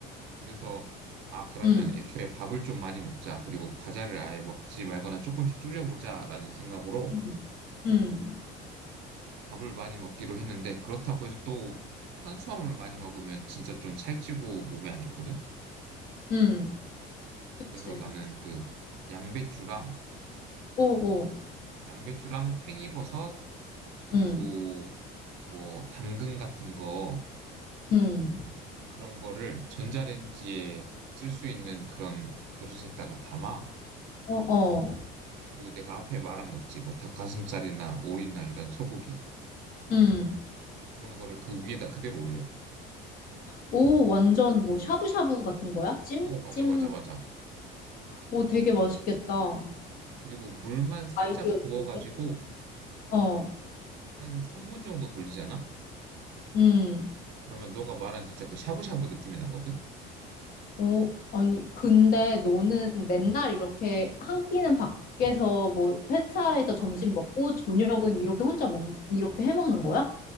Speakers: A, on the right (about 80°); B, on the left (about 50°).
A: 그래서, 아, 그러면
B: 음,
A: 애초에 밥을 좀 많이 먹자. 그리고 과자를 아예 먹지 말거나 조금씩 줄여보자. 라는 생각으로
B: 음, 음,
A: 밥을 많이 먹기로 했는데, 그렇다고 해서 또 탄수화물 많이 먹으면 진짜 좀 살찌고 몸에 안 좋거든?
B: 음.
A: 그래서
B: 그치.
A: 나는 그 양배추랑
B: 어, 어,
A: 양배추랑 팽이버섯 그리고
B: 음,
A: 뭐 당근 같은 거
B: 음,
A: 그런 거를 전자레인지에 쓸 수 있는 그런 그릇에다가 담아
B: 어, 어,
A: 그리고 내가 앞에 말한 거 있지 뭐 닭가슴살이나 오리나 이런 소고기
B: 음.
A: 그런 거를 그 위에다 그대로 올려
B: 오, 완전 뭐 샤브샤브 같은 거야? 찜?
A: 어 맞아
B: 찜?
A: 맞아 맞아
B: 오, 되게 맛있겠다.
A: 그리고 물만 살짝
B: 아이디어
A: 부어가지고
B: 좋은데? 어,
A: 한 3분 정도 돌리잖아
B: 음.
A: 그러면 너가 말한 진짜 그 샤브샤브 느낌이 나거든
B: 어, 아니, 근데 너는 맨날 이렇게 한 끼는 밖에서 뭐 회사에서
A: 응응
B: 점심 먹고 저녁은 이렇게 혼자 먹, 이렇게 해 먹는 거야?